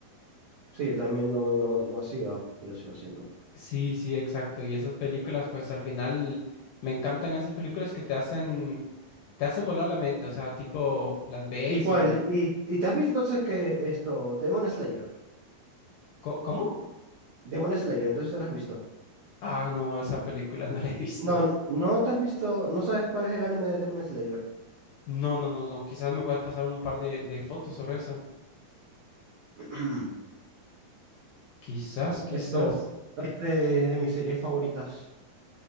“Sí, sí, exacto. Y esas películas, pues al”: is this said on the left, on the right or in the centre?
Left